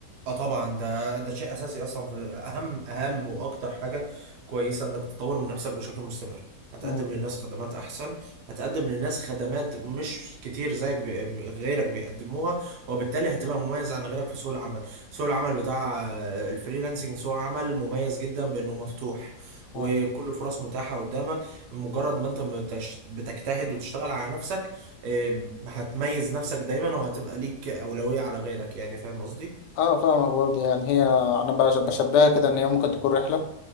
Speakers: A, on the right (about 75°); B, on the left (about 80°).
A: اه طبعا ده ده شيء اساسي اصلا في اهم اهم واكتر حاجه كويسه انك تطور من نفسك بشكل مستمر هتقدم
B: مم.
A: للناس خدمات احسن هتقدم للناس خدمات مش كتير زيك بي... غيرك بيقدموها وبالتالي هتبقى مميز عن غيرك في سوق العمل سوق العمل بتاع آه، الفريلانسنج سوق عمل مميز جدا بانه مفتوح
B: اه
A: وكل الفرص متاحه قدامك مجرد ما انت بتش... بتجتهد وتشتغل على نفسك آه، هتميز نفسك دايما وهتبقى ليك اولويه على غيرك يعني فاهم قصدي
B: اه فاهمك برضه يعني هي انا بش- بشبهها كده ان هي ممكن تكون رحلة